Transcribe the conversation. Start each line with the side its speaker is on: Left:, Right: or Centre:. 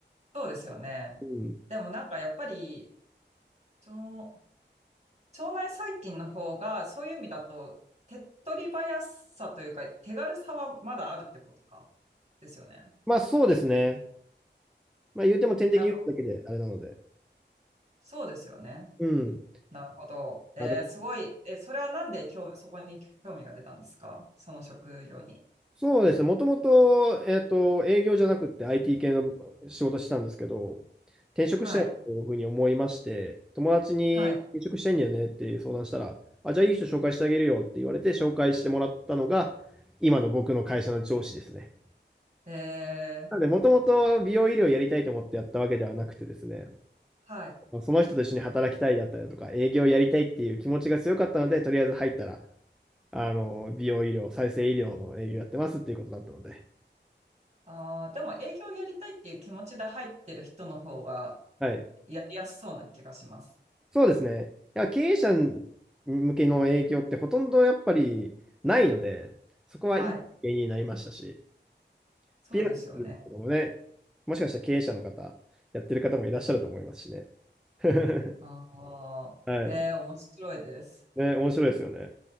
Right: そうですよね。
Centre: うん。
Right: でもなんか、やっぱり、腸、腸内細菌の方が、そういう意味だと、手っ取り早さというか、手軽さはまだあるってことか。ですよね。
Centre: まあそうですね。まあ言うても点滴打つだけであれなので。
Right: なんか、そうですよね。
Centre: うん。
Right: なるほど。えーすごい。
Centre: まあ、
Right: え、それはなんで興そこに興味が出たんですかその職業に。
Centre: そうですね。もともと、えっと、営業じゃなくて IT 系の仕事してたんですけど、転職したいなというふうに思いまして、
Right: はい。
Centre: 友達に転職したいんだよねっていう相談したら、
Right: はい。
Centre: あ、じゃあいい人紹介してあげるよって言われて紹介してもらったのが、今の僕の会社の上司ですね。
Right: えー
Centre: なので、もともと美容医療やりたいと思ってやったわけではなくてですね、
Right: はい。
Centre: その人と一緒に働きたいだったりだとか、営業やりたいっていう気持ちが強かったので、とりあえず入ったら、あの、美容医療、再生医療の営業やってますっていうことだったので、
Right: あーでも営業やりたいっていう気持ちで入ってる人の方が
Centre: はい。
Right: やりやすそうな気がします。
Centre: そうですね。いや、経営者向けの営業ってほとんどやっぱりないので、そこはいい経験になりましたし、
Right: はい。そうですよね。
Centre: ピラティスとかもね、もしかしたら経営者の方、やってる方もいらっしゃると思いますしね。<laughs>
Right: ああ、
Centre: はい。
Right: へえ、面白いです。
Centre: ね、面白いですよね。